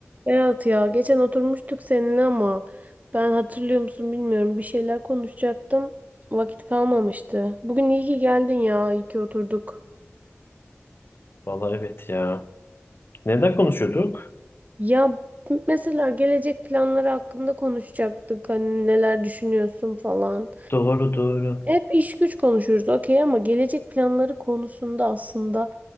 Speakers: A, on the right; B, on the left.
A: Berat ya geçen oturmuştuk seninle ama ben hatırlıyor musun bilmiyorum bir şeyler konuşacaktım. Vakit kalmamıştı. Bugün iyi ki geldin ya iyi ki oturduk.
B: Valla evet ya. Neden konuşuyorduk?
A: Ya mesela gelecek planları hakkında konuşacaktık hani neler düşünüyorsun falan.
B: Doğru doğru.
A: Hep iş güç konuşuyoruz okey ama gelecek planları konusunda aslında